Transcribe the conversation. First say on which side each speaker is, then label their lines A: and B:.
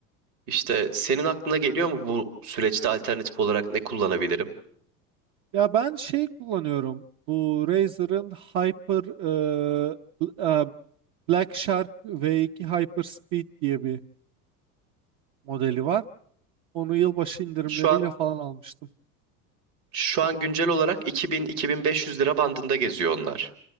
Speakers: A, on the right; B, on the right.
A: İşte senin aklına geliyor mu bu süreçte alternatif olarak ne kullanabilirim?
B: Ya ben şey kullanıyorum. Bu Razer'ın Hyper e, e, Black Shark V2 Hyper Speed diye bir modeli var. Onu yılbaşı indirimleriyle
A: Şu an
B: falan almıştım.
A: şu an güncel olarak 2000-2500 lira bandında geziyor onlar.